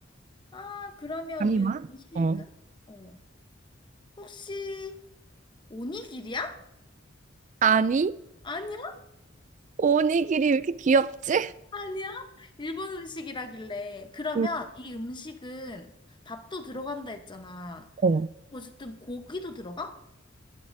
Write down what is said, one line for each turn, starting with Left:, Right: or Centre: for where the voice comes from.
Left: 아, 그러면
Right: 아니만?
Left: 이 음식은,
Right: 어.
Left: 어, 혹시 오니기리야?
Right: 아니,
Left: 아니
Right: 오니기리 왜 이렇게 귀엽지?
Left: 아니야? 일본 음식이라길래. 그러면
Right: 응.
Left: 이 음식은 밥도 들어간다 했잖아.
Right: 어.
Left: 어쨌든 고기도 들어가?